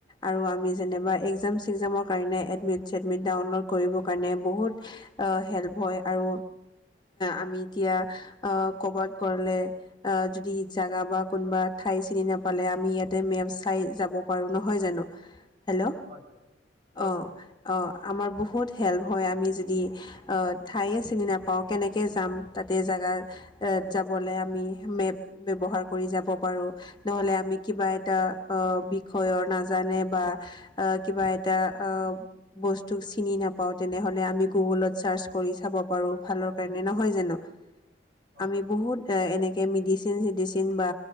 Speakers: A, on the left (about 25°); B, on the right (about 35°).
A: আৰু আমি যেনেবা এ একজাম চেকজামৰ কাৰণে এডমিট চেডমিট ডাউনলোড কৰিব কাৰণে বহুত হেল্প হয় আৰু আমি এতিয়া অ কবাত গ'লে এ যদি জাগা বা কোনবা থা ঠাই চিনি নাপালে আমি ইয়াতে মেপ চাই যাব পাৰোঁ নহয় জানো হেল্ল'
B: হয় হয়
A: অঁ
B: হয়
A: অঁ আমাৰ বহুত হেল্প হয় আমি যদি অ ঠায়ে চিনি নাপাওঁ কেনেক যাম তাতে জাগাৰ যাবলৈ আমি মেপ বে ব্যৱহাৰ কৰি যাব পাৰোঁ নহ'লে আমি কিবা এটা বিষয়ৰ নাজানে বা কিবা এটা বস্তু চিনি নাপাওঁ তেনেহ'লে আমি গুগলত চাৰ্চ কৰি চাব পাৰো ভালৰ কাৰণে নহয় জানো
B: হয়
A: আমি বহুত এনে মেডিচিন চেডিচিন বা